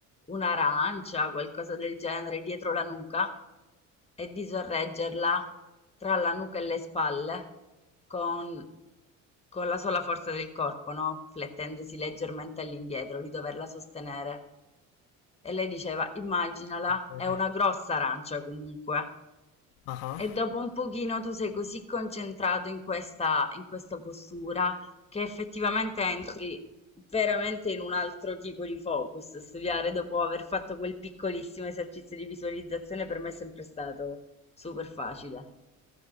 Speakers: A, on the left; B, on the left.
A: un'arancia, qualcosa del genere, dietro la nuca e di sorreggerla tra la nuca e le spalle con, con la sola forza del corpo, no? Flettendosi leggermente all'indietro, di doverla sostenere. E lei diceva, immaginala,
B: Eh,
A: è una grossa arancia comunque.
B: ah ah.
A: E dopo un pochino tu sei così concentrato in questa, in questa postura che effettivamente entri veramente in un altro tipo di focus. Studiare dopo aver fatto quel piccolissimo esercizio di visualizzazione per me è sempre stato super facile.